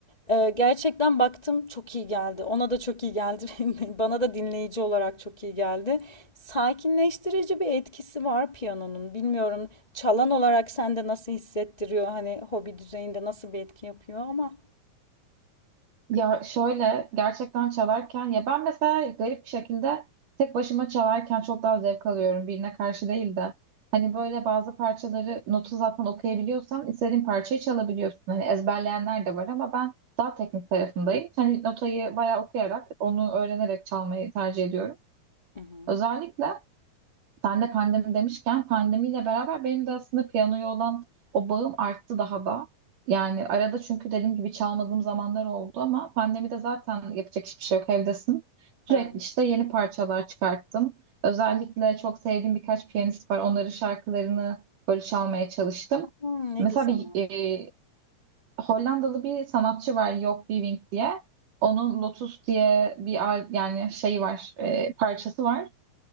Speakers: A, on the left; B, on the right.
A: e, gerçekten baktım çok iyi geldi. Ona da çok iyi geldi. <laughs> benim- Bana da dinleyici olarak çok iyi geldi. Sakinleştirici bir etkisi var piyanonun. Bilmiyorum çalan olarak sende nasıl hissettiriyor? Hani hobi düzeyinde nasıl bir etki yapıyor ama.
B: Ya şöyle gerçekten çalarken ya ben mesela garip bir şekilde tek başıma çalarken çok daha zevk alıyorum birine karşı değil de. Hani böyle bazı parçaları notu zaten okuyabiliyorsan istediğin parçayı çalabiliyorsun. Hani ezberleyenler de var ama ben daha teknik tarafındayım. Hani notayı bayağı okuyarak onu öğrenerek çalmayı tercih ediyorum.
A: Hı hı.
B: Özellikle sen de pandemi demişken pandemiyle beraber benim de aslında piyanoya olan o bağım arttı daha da. Yani arada çünkü dediğim gibi çalmadığım zamanlar oldu ama pandemide zaten yapacak hiçbir şey yok evdesin. Sürekli
A: Evet.
B: işte yeni parçalar çıkarttım. Özellikle çok sevdiğim birkaç piyanist var. Onların şarkılarını böyle çalmaya çalıştım.
A: Hımm, ne
B: Mesela
A: güzel.
B: bir e, Hollandalı bir sanatçı var Joop Wiewink diye. Onun Lotus diye bir al- yani şey var, e, parçası var